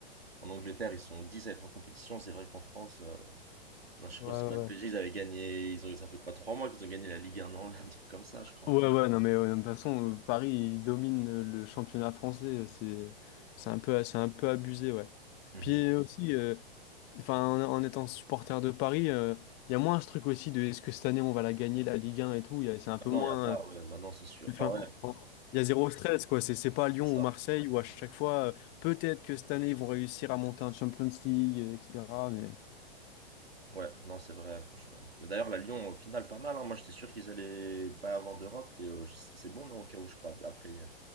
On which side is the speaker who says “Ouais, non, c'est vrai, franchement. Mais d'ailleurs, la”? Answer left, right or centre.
Right